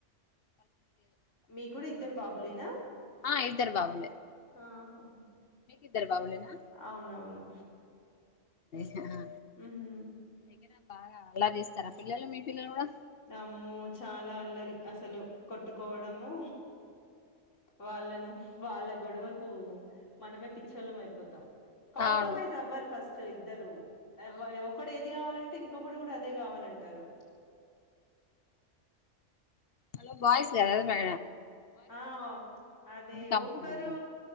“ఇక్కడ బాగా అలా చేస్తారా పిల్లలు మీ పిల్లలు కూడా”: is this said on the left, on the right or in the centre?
Left